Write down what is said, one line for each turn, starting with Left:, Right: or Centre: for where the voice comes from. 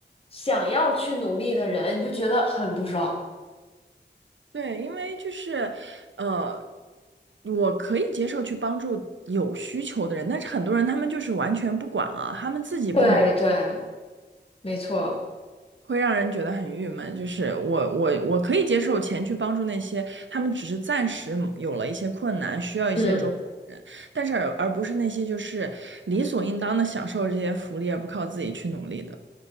Left: 想要去努力的人，你就觉得很不爽。
Right: <laughs> 对，因为就是，呃，我可以接受去帮助有需求的人，但是很多人他们就是完全不管啊，他们自己不努力，
Left: 对对，没错，
Right: 会让人觉得很郁闷，就是我我我可以接受钱去帮助那些他们只是暂时有了一些困难，需要一些周的人，
Left: 嗯。
Right: 但是而而不是那些就是理所应当的享受这些福利而不靠自己去努力的，